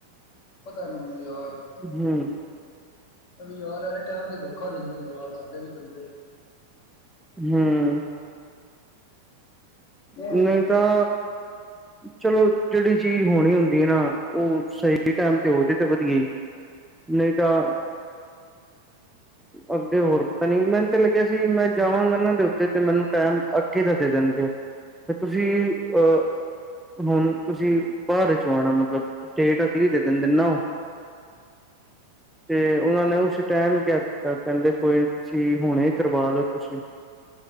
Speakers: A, on the left; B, in the centre.
A: ਪਤਾ ਮੈਨੂੰ ਯਾਰ
B: ਹਮ।
A: ਏਵੀ ਯਾਰ ਵਾਲੇ ਟਾਈਮ ਤੇ ਧੋਖਾ ਦਿੰਦੇ ਨੇ ਯਾਰ, ਸਾਡੇ ਵੀ ਬੰਦੇ
B: ਹਮ।
A: ਹੋਰ
B: ਨਹੀਂ
A: ਸੁਣਾ ਹਾਂ,
B: ਤਾਂ ਚਲੋ ਜਿਹੜੀ ਚੀਜ਼ ਹੋਣੀ ਹੁੰਦੀ ਹੈ ਨਾ, ਉਹ ਸਹੀ ਟਾਈਮ ਤੇ ਹੋ ਜੇ ਤੇ ਵਧੀਆ ਹੀ।
A: <inaudible>
B: ਨਹੀਂ ਤਾਂ
A: <inaudible>
B: ਅੱਗੇ ਹੋਰ ਪਤਾ ਨੀ, ਮੈਨੂੰ ਤਾਂ ਲੱਗਿਆ ਸੀ ਮੈਂ ਜਾਵਾਂਗਾ ਇਹਨਾਂ ਦੇ ਉੱਤੇ ਤੇ, ਮੈਨੂੰ ਟੈਮ ਅੱਗੇ ਦਾ ਦੇ ਦੇਣਗੇ। ਫੇਰ ਤੁਸੀਂ, ਅਹ ਹੁਣ ਤੁਸੀਂ ਬਾਦ 'ਚ ਆਉਣਾ ਮਤਲਬ, ਡੇਟ ਅਗਲੀ ਦੇ ਦਿੰਦੇ ਨਾ ਓਹ। ਤੇ ਉਹਨਾਂ ਨੇ ਉਸ ਟਾਈਮ
A: ਅੱਛਾ
B: ਕਹਿ ਦਿੱਤਾ, ਕਹਿੰਦੇ ਕੋਈ ਨੀ ਤੁਸੀਂ ਹੁਣੇ ਹੀ ਕਰਵਾ ਲੋ ਤੁਸੀਂ